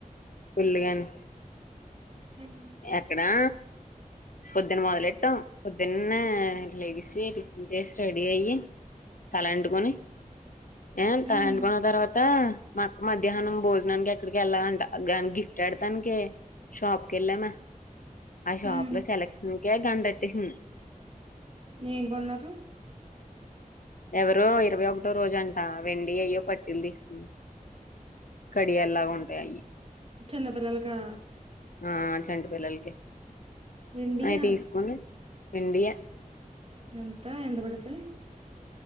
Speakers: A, on the left; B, on the right.
A: ఫుల్లు గాను
B: ఉమ్
A: ఎక్కడా? పొద్దున్న మొదలెట్టాం పొద్దున్నా లేగిసి, టిఫిన్ చేసి, రెడీ అయ్యి తలంటుకొని ఏ
B: ఉమ్
A: తలంటుకున్న తర్వాతా మధ్యాహ్నం భోజనానిక్ ఎక్కడికో ఎళ్ళాలంట గాన్ గిఫ్ట్ ఎడతానికి షాప్ కెళ్లానా ఆ షాప్లో
B: ఉమ్
A: సెలెక్షన్కే గంట్టేటేసిం
B: ఏం కొన్నరు?
A: ఎవరో ఇరవై ఒకటో రోజంట వెండి అయ్యో పట్టీల్ తీస్కుంద్ కడియల్లా ఉంటయ్ అయ్యి
B: చిన్నపిల్లలకా
A: ఆ చంటి పిల్లల్కి
B: వెండియా
A: అయి తీస్కొని వెండియే
B: ఎంత ఎంత పడ్తయి